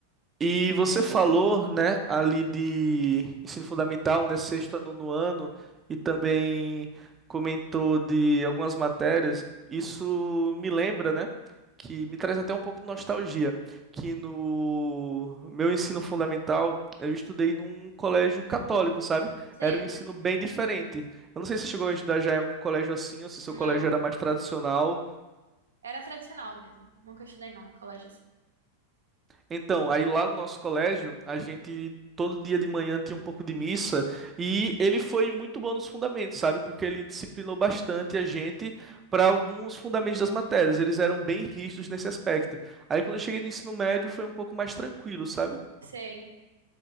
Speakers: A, on the right; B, on the right.
A: E você falou, né, ali de ensino fundamental, né, sexto a nono ano, e também comentou de algumas matérias. Isso me lembra, né, que me traz até um pouco de nostalgia, que no meu ensino fundamental eu estudei num colégio católico, sabe?
B: Sei.
A: Era um ensino bem diferente. Eu não sei se você chegou a estudar já em algum colégio assim, ou se seu
B: Não.
A: colégio era mais tradicional.
B: Era tradicional mesmo. Nunca estudei não no colégio assim.
A: Então, aí lá no nosso colégio, a gente todo dia de manhã tinha um pouco de missa e ele foi muito bom nos fundamentos, sabe? Porque ele disciplinou bastante a gente para alguns fundamentos das matérias. Eles eram bem rígidos nesse aspecto. Aí quando eu cheguei no ensino médio foi um pouco mais tranquilo, sabe?
B: Sei,